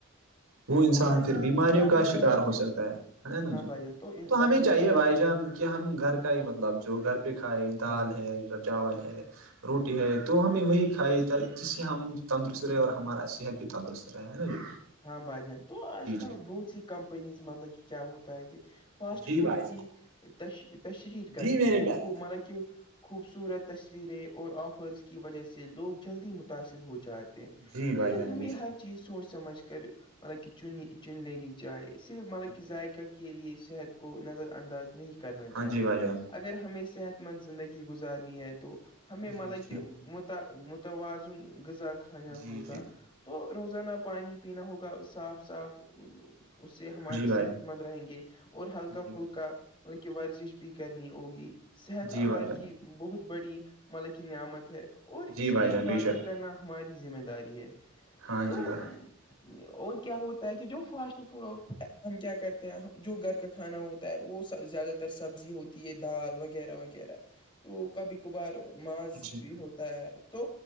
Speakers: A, on the right (about 80°); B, on the left (about 25°).
A: وہ انسان
B: تو بھائی جان
A: پھر بیماریوں
B: کیا
A: کا
B: ہوتا
A: شکار
B: ہے کہ
A: ہو سکتا ہےا نا
B: ہاں
A: جی
B: بھائی جان ان-
A: تو
B: بھائی
A: ہمیں
B: جان
A: چاہیے
B: کیا
A: بائی جان کہ ہم گھر کا ہی مطلب جو گھر پہ کھائے دال
B: ہاں ہاں
A: ہے چاول ہے روٹی ہے تو ہمیں وہی کھائی تھا جس سے ہم تندرست رہے اور ہمارا صحت بھی تندرست رہا ہے نا جی
B: ہاں بھ جان تو آج کل
A: جی
B: بہت سی کمپنیز مطلب کہ کیا ہوتا ہے کہ فاسٹ
A: جی جی
B: فوڈ
A: بھائی
B: کیش
A: جان
B: تشریر کرتی
A: جی میرے
B: ہے
A: پیارے
B: خو م کہ خوبصورت تصویریں اور آفرز کی وجہ سے لوگ جلدی متاثر ہو جات
A: جی بھائی
B: لیکن
A: جان
B: ہمیں
A: بے شک
B: ہر چیز سوچ سمجھ کر مطلب کہ چننی چن لینی چاہے صرف مطلب
A: ہاں
B: کہ ذائقہ
A: جی
B: کے لیے صحت کو نظر انداز نہیں کرنا
A: ہاں
B: چاہے
A: جی بھائی جان
B: اگر ہمیں صحت مند زندگی گزارنی ہے تو ہمیں
A: جی
B: مطلب کہ
A: جی
B: متوازن غذا کھانا
A: جی
B: ہوگا
A: جی
B: تو روزانہ پانی پینا ہوگا صاف صاف اس سے ہمارے
A: جی
B: صحت
A: بھائی جان
B: مند رہیں گے اور ہلکا
A: جی
B: فلکا مطلب کی ورزش بھی کرنی ہوگی صحت
A: جی
B: اللہ
A: بھائی جان
B: کی بہت بڑی مطلب کی نعمت ہے اور
A: جی
B: اس
A: بھائی
B: کی
A: جان
B: حفاظت
A: بے شک
B: کرنا ہماری ذمہ داری ہے
A: ہاں
B: تو
A: جی گا
B: اور کیا ہوتا ہے کہ جو فاسٹ فوڈ ہو ہم کیا کرتے ہیں جو گھر کا کھانا ہوتا ہے وہ زیادہ تر سبزی ہوتی ہے دال وغیرہ وغیرہ تو کبھی کبھار ماذ
A: جی
B: بھی ہوتا ہے تو